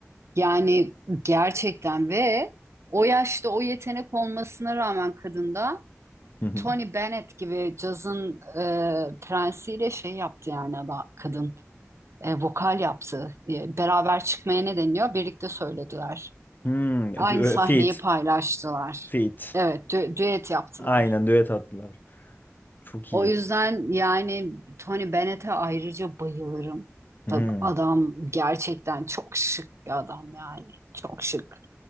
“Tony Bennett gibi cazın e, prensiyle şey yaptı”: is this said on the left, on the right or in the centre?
Right